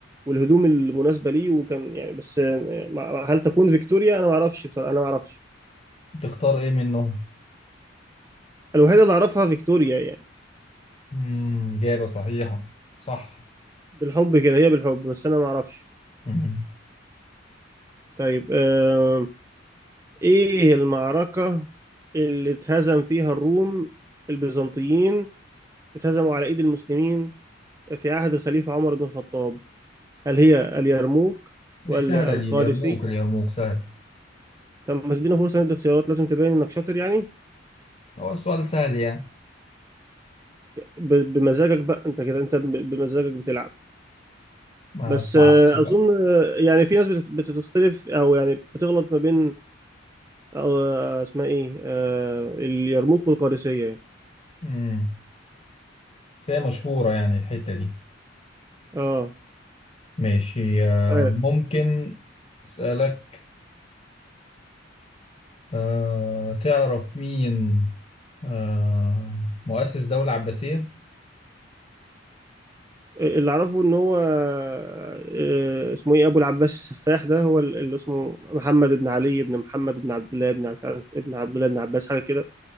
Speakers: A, on the right (about 15°); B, on the left (about 30°).
A: والهدوم المناسبة ليه وكان يعني بس آه، ما- هل تكون فيكتوريا أنا معرفش بصراحة أنا معرفش
B: تختار ايه منهم؟
A: الوحيدة اللي أعرفها فيكتوريا يعني.
B: مم. إجابة صحيحة صح
A: بالحب كده هي بالحب بس انا ما اعرفش
B: مم.
A: طيب آه، ايه المعركة اللي اتهزم فيها الروم البيزنطيين اتهزموا على ايد المسلمين في عهد الخليفة عمر بن الخطاب هل هي اليرموك
B: دي
A: ولا
B: سهلة
A: القادسية
B: دي اليرموك اليرموك سهل
A: طب ما تدينا فرصة ندي اختيارات لازم تبين انك شاطر يعني
B: هو السؤال سهل يعني
A: ب- بمزاجك بقى انت كده انت ب- بمزاجك بتلعب
B: ما
A: بس
B: صعبش
A: آه،
B: بقى
A: اظن آه، يعني في ناس بت- بتختلف او يعني بتغلط ما بين آه، اسمها ايه آه، اليرموك والقادسية
B: مم. بس هي مشهورة يعني الحتة دي
A: اه
B: ماشي آه،
A: آه،
B: ممكن أسألك آه، تعرف مين آه، مؤسس دولة عباسية؟
A: اللي اعرفه ان هو آه، اسمه ايه ابو العباس السفاح ده هو اللي اسمه محمد بن علي بن محمد بن عبد الله بن مش عارف ابن عبد الله بن عباس حاجه كده